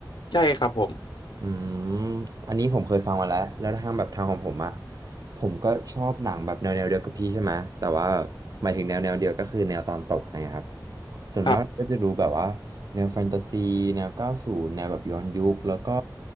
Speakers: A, on the left (about 80°); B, on the right (about 55°).
A: ใช่ครับผม
B: อืมอันนี้ผมเคยฟังมาแล้วแล้วทางแบบทางของผมอะผมก็ชอบหนังแบบแนวแนวเดียวกับพี่ใช่ไหมแต่ว่าหมายถึงแนวแนวเดียวก็คือแนวตอนตกนะครับส่วนมากก็จะดูแบบว่าแนวแฟนตาซีแนวเก้าสูนแนวแบบย้อนยุคแล้วก็
A: ครับ